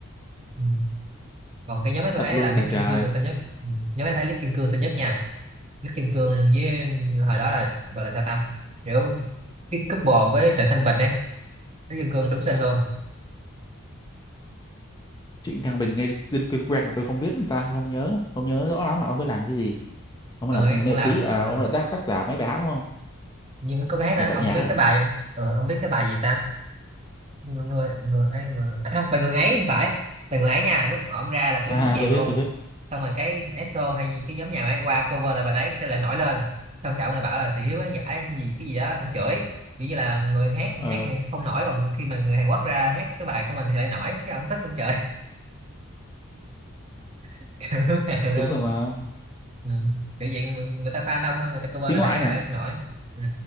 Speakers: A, on the right; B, on the left.
A: Ừ. còn cái nhóm ấy tôi
B: thật
A: thấy
B: luôn
A: là Lít
B: là trời
A: Kim Cương là xinh nhất Ừ. nhóm ấy thấy Lít Kim Cương xinh nhất nha Nước Kim Cương với hồi đó là gọi là sao ta kiểu cái couple với Trịnh Thanh Bình ấy Nước Kim Cương đúng xinh luôn
B: Trịnh Thăng Bình nghe tên quen quen mà tôi không biết ta không nhớ không nhớ rõ lắm là ông ấy làm cái gì ông
A: ông
B: ấy là
A: ấy
B: nghệ
A: cũng làm
B: sĩ à,
A: ờ,
B: ông ấy là tác, tác giả mấy bài hát đúng không
A: nhưng có cái hát nữa
B: nhà soạn
A: ông
B: nhạc
A: biết
B: hả
A: cái bài ờ, ông biết cái bài gì ta người người người, ai- người à, không, bài người ấy thì phải bài người ấy nha lúc ổng ra là
B: à,
A: kiểu đúng chèm
B: à, tôi biết
A: luôn
B: tôi biết
A: xong rồi cái ESO hay cái nhóm nhà ấy qua cover là bài đấy cái lại nổi lên xong cái ông lại bảo là thị hiếu khán giả gì cái gì đó ông chửi kiểu như là người hát
B: ờ
A: hát thì không nổi còn khi mà người Hàn Quốc ra hát cái bài của mình thì lại nổi cái ông tức ông chửi <laughs> Kiểu đúng hàng
B: đúng
A: luôn
B: rồi mà
A: ừ. kiểu dạng người, người ta fan đông hơn người ta cover
B: xí
A: lại
B: ngoại
A: bài hát ấy,
B: hả
A: bài hát không nổi ừ.